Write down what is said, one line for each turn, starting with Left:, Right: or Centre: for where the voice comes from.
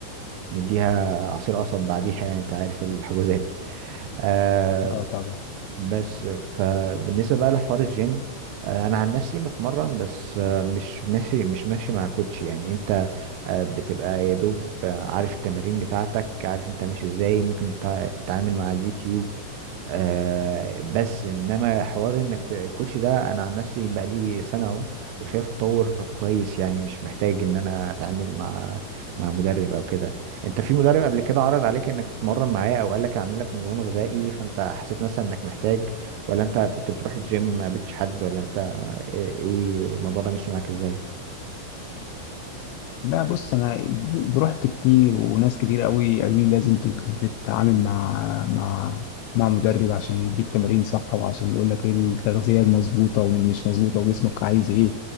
Right: ونديها عصير قصب بعديها يعني انت عارف الحجوزات أه
Left: اه طبعا
Right: بس فبالنسبه بقى لحوار الجيم آه، انا عن نفسي بتمرن بس آه، مش ماشي مش ماشي مع كوتش يعني انت آه، بتبقى يا دوب آه، عارف التمارين بتاعتك عارف انت ماشي ازاي ممكن تع- تتعامل مع اليوتيوب آه، بس انما حوار انك ت- الكوتش ده انا عن نفسي بقالي سنة اهو وشايف تطور كويس يعني مش محتاج ان انا اتعامل مع مع مدرب او كده انت في مدرب قبل كده عرض عليك انك تتمرن معاه او قال لك اعمل لك نظام غذائي فانت حسيت مثلا انك محتاج ولا انت كنت بتروح الجيم ما قابلتش حد ولا انت ايه إيه الموضوع ده مشي معاك ازاي
Left: لا بص انا رحت كتير وناس كتير قوي قالوا لي لازم تت- تتعامل مع مع مع مدرب عشان يديك تمارين صح وعشان يقول لك ايه التغذيه المظبوطه واللي مش مظبوطه وجسمك عايز ايه